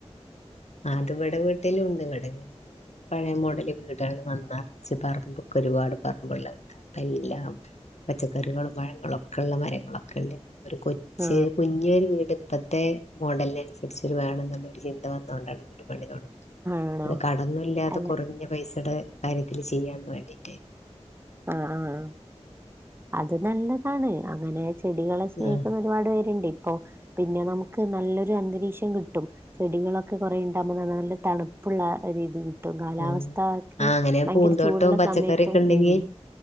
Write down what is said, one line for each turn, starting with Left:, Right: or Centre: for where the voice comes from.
Left: ആഹ്‌ അത് വടെ വീട്ടിലുണ്ട് വടെങ്ങ പഴേ മോടല് വീടാണ് നന്നർച്ച് പറമ്പൊക്കെ ഒരുപാട് പറമ്പ്ള്ള വീട് അപ്പല്ലാം പച്ചക്കറികളും പഴങ്ങളും ഒക്കെ ഉള്ള മരങ്ങളൊക്കെണ്ട്. ഒരു കൊച് ച്ച്
Right: ആ
Left: കുഞ്ഞി ഒരു വീട് ഇപ്പത്തെ മോഡൽനനുസരിച്ചൊരു വേണന്ന് ള്ളൊരു ചിന്ത വന്നു തോണ്ടാണ് വീട് പണി തൊടങ്ങെ,
Right: ആണോ
Left: അത് കടം ഒന്നും ഇല്ലാതെ
Right: അല്ല
Left: കൊറഞ്ഞ പൈസടെ കാര്യത്തില് ചെയ്യാന്ന് വേണ്ടീട്ട്
Right: ആഹ് ആഹ് അത് നല്ലതാണ് അങ്ങനെ ചെടികളെ സ്നേഹിക്കുന്ന
Left: ആ
Right: ഒരുപാട് പേരുണ്ട് ഇപ്പൊ പിന്നെ നമുക്ക് നല്ലൊരു അന്തരീക്ഷം കിട്ടും ചെടികളൊക്കെ കൊറേ ഉണ്ടാകുമ്പോ നല്ല തണുപ്പുള്ള ഒരു ഇത് കിട്ടും കാലാവസ്ഥ
Left: ആഹ്
Right: ഒക്കെ
Left: അങ്ങനെ
Right: ഭയങ്കര
Left: പൂന്തോട്ടം
Right: ചൂടുള്ള
Left: പച്ചക്കറി
Right: സമയത്തും
Left: ഒക്കെണ്ടെങ്കി
Right: ഉം